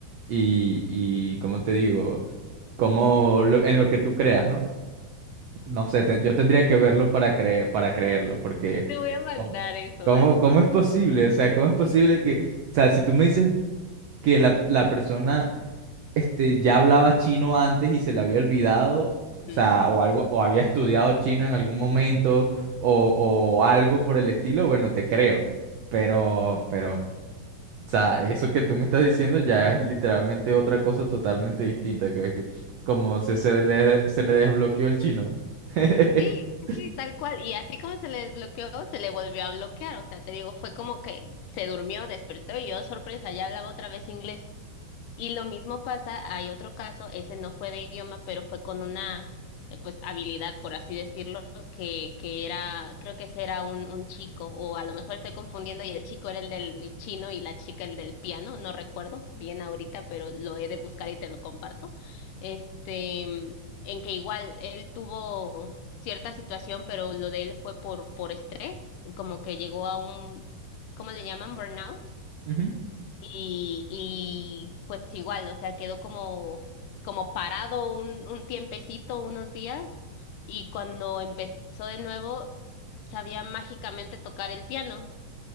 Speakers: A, on the right; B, on the left.
A: y, y ¿cómo te digo? como lo- en lo que tú creas, ¿no? No sé, te- yo tendría que verlo para cre- para creerlo, porque
B: Te voy a mandar
A: ¿cómo,
B: eso, Dani.
A: cómo cómo
B: por-
A: es posible? O sea, ¿cómo es posible que, o sea, si tú me dices que la, la persona este, ya hablaba chino antes y se le había olvidado, o sea,
B: mm.
A: o algo, o había estudiado chino en algún momento, o, o algo por el estilo, bueno, te creo. Pero, pero o sea, eso que tú me estás diciendo ya es literalmente otra cosa totalmente distinta, que, que- como se, se le, se le desbloqueó el chino. <laughs>
B: Sí, sí, sí, tal cual. Y así como se le desbloqueó, se le volvió a bloquear. O sea, te digo, fue como que se durmió, despertó y yo, sorpresa, ya hablaba otra vez inglés. Y lo mismo pasa, hay otro caso, ese no fue de idioma, pero fue con una eh, pues habilidad, por así decirlo, que, que era, creo que ese era un, un chico, o a lo mejor estoy confundiendo, y el chico era el del chino y la chica el del piano, no recuerdo bien ahorita, pero lo he de buscar y te lo comparto. Este, en que igual él tuvo cierta situación, pero lo de él fue por, por estrés, como que llegó a un, ¿cómo le llaman? Burnout
A: Ujú.
B: y, y pues igual, o sea, quedó como, como parado un, un tiempecito, unos días, y cuando empezó de nuevo, sabía mágicamente tocar el piano,